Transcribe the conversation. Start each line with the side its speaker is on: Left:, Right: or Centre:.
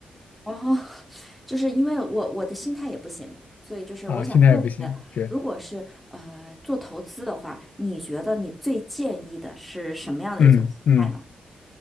Centre: 然后就是因为我我的心态也不行，所以就是我想问一问，
Left: 啊，心态也不行，是，
Centre: 如果是呃做投资的话，你觉得你最建议的是什么样的一种心态呢？
Left: 嗯嗯，